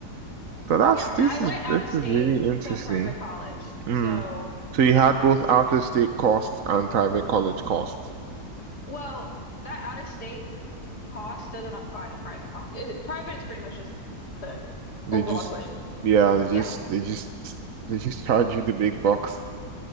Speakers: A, on the right; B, on the left.
A: So that's
B: yeah,
A: this
B: and I
A: is
B: went out
A: this
B: of state
A: is really interesting.
B: to a private college.
A: Mm.
B: So
A: So you had
B: that's
A: both out-of-state costs and private college costs.
B: well, that out of state cost doesn't apply to private college. It, private is pretty much just the
A: They
B: overall
A: just,
B: tuition.
A: yeah, they
B: Yeah.
A: just, they just, they just charge you the big bucks.